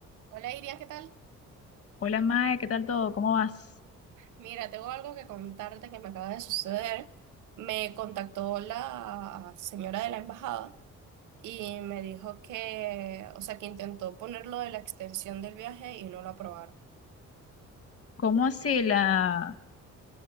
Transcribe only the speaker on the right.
Hola Iria, ¿qué tal?
Mira, tengo algo que contarte que me acaba de suceder. Me contactó la señora de la embajada y me dijo que, o sea, que intentó ponerlo de la extensión del viaje y no lo aprobaron.